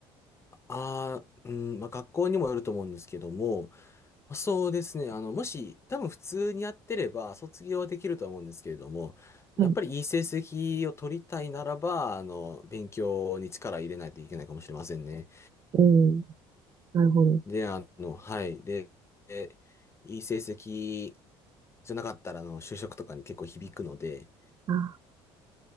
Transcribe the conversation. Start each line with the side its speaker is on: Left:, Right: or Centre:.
Left: ああ、うん、まあ学校にもよると思うんですけども、そうですね。あの、もし、多分普通にやってれば、卒業はできるとは思うんですけれども、やっぱりいい成績を取りたいならば、
Right: はい、
Left: あの、勉強に力入れないといけないかもしれませんね。
Right: うん、なるほど。
Left: で、あの、はい。で、でいい成績じゃなかったら、あの、就職とかに結構響くので、
Right: あ、